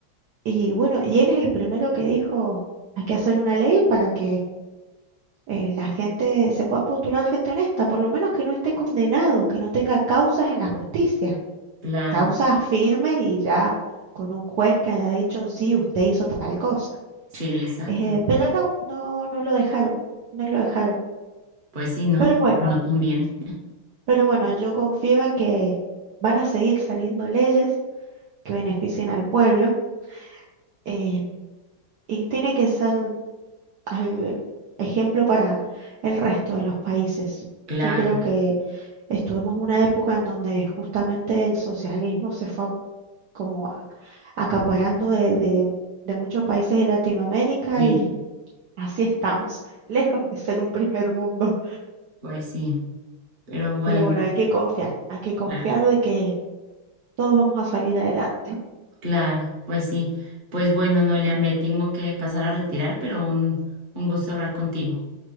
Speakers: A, on the right (about 65°); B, on the right (about 30°).
A: y bueno, y él es el primero que dijo, hay que hacer una ley para que eh, la gente se pueda postular gente honesta, por lo menos que no esté condenado, que no tenga causas en la justicia,
B: claro,
A: causas firmes y ya con un juez que haya dicho, sí, usted hizo tal cosa.
B: sí, exacto.
A: Eh, pero no, no, no lo dejaron, no lo dejaron.
B: Pues sí, no,
A: Pero bueno,
B: no conviene.
A: pero bueno, yo confío en que van a seguir saliendo leyes que beneficien al pueblo eh, y tiene que ser al- ejemplo para el resto de los países.
B: Claro,
A: Yo creo que Estuvimos una época en donde justamente el socialismo se fue como acaparando de, de- de muchos países de Latinoamérica
B: sí,
A: y <laughs> así estamos, lejos de ser un primer mundo.
B: pues sí, pero bueno,
A: Pero bueno, hay que confiar, hay que confiar
B: claro,
A: de que todos vamos a salir adelante. <laughs>
B: claro, pues sí. Pues bueno, Noelia, me tengo que pasar a retirar, pero un, un gusto hablar contigo.